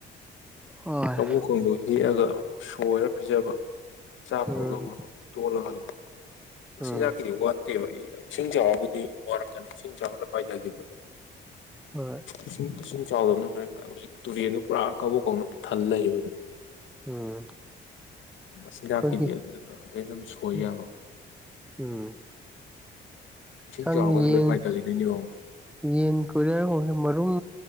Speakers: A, in the centre; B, on the left.
A: ꯍꯣꯏ
B: ꯀꯕꯣꯛꯀꯪꯗꯣ ꯍꯦꯛꯑꯒ ꯁꯣꯏꯔ ꯄꯤꯖꯕ ꯆꯥꯛꯇꯨꯒ
A: ꯎꯝ
B: ꯇꯣꯠꯂꯒ ꯑꯗꯨꯝ ꯃꯆꯤꯟꯖꯥꯛꯀꯤꯗꯤ
A: ꯎꯝ
B: ꯋꯥꯠꯇꯦ ꯅꯠꯇꯦꯕ ꯏꯁꯤꯡ ꯆꯥꯎꯔꯕꯨꯗꯤ ꯋꯥꯔꯛꯀꯅꯤ ꯏꯁꯤꯡ ꯆꯥꯕꯅ ꯄꯥꯏꯊꯈꯤꯕꯗꯣ
A: ꯍꯣꯏ
B: ꯏꯁꯤꯡ ꯏꯁꯤꯡ ꯆꯥꯎꯗꯕꯅꯤꯅ ꯇꯨꯔꯦꯟꯗꯣ ꯍꯧꯖꯤꯛ ꯄꯨꯔꯥ ꯀꯕꯣꯛꯀꯪꯅ ꯊꯜꯂ ꯂꯩꯌꯦꯕ ꯑꯗꯨꯝ
A: ꯎꯝ
B: ꯃꯆꯤꯟꯖꯥꯛꯀꯤꯗꯤ
A: ꯑꯩꯈꯣꯏꯒꯤ
B: ꯑꯗꯩ ꯑꯗꯨꯝ ꯁꯣꯏ
A: ꯎꯝ
B: ꯌꯥꯕ
A: ꯎꯝ
B: ꯏꯁꯤꯡ
A: ꯈꯪꯗꯦ
B: ꯆꯥꯎꯔꯒꯗꯤ
A: ꯌꯦꯟ
B: ꯂꯣꯏ ꯄꯥꯏꯊꯈꯤꯗꯣꯏꯅꯦꯕꯣ
A: ꯌꯦꯟ ꯀꯣꯏꯂꯔꯒꯨꯝꯕꯁꯨ ꯃꯔꯨꯝ